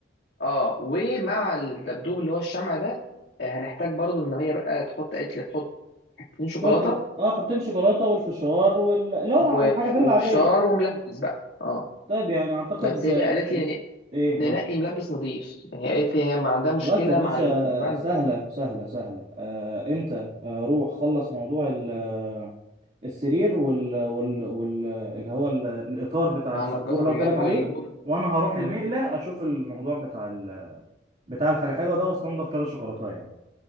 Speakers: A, on the left; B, on the right.
A: آه، ومع الدبدوب اللي هو الشمع ده آه، هنحتاج برضو ان هي بقى تحط قالت لي تحط حتتين شوكولاتة
B: شويه ال- اه حطين شوكولاته والفشار وال اللي هو
A: و-
B: الع- الحاجه الحلوه
A: وفشار
B: العاديه
A: وملبس بقى اه
B: طيب يعني اعتقد
A: بس هي
B: آه،
A: قالت لي
B: ايه
A: ننقي
B: قولي
A: ملبس نظيف يعني هي قالت لي هي ما عندها مشكله
B: خلاص يا باشا
A: مع الم... مع الم...
B: سهله سهله سهله آه انت آه روح خلص موضوع ال- آه، السرير وال وال وال آه، اللي هو ال- الاطار بتاع
A: مع
B: السبوره
A: النجار
B: اللي
A: والم-
B: قلت لك عليه
A: والبرد
B: وانا هروح
A: مم.
B: المقله اشوف الموضوع بتاع ال... بتاع الحاجه حلوه ده واستنضف كذا شوكولاته يعني